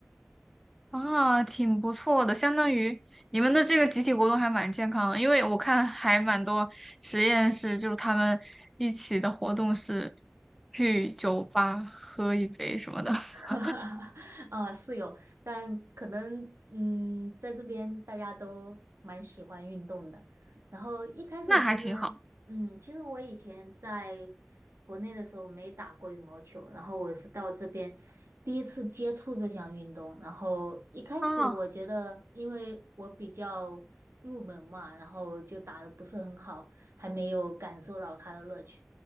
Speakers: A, in the centre; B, on the right.
A: 啊，挺不错的，相当于你们的这个集体活动还蛮健康的，因为我看还蛮多实验室，就是他们一起的活动是去酒吧喝一杯什么的，<laughs>
B: <laughs> 啊，是有，但可能嗯，在这边大家都蛮喜欢运动的。然后一开始其实嗯，
A: 那还挺好
B: 其实我以前在国内的时候没打过羽毛球，然后我是到这边第一次接触这项运动。然后一开始我觉得，
A: 啊，
B: 因为我比较入门嘛，然后就打的不是很好，还没有感受到它的乐趣。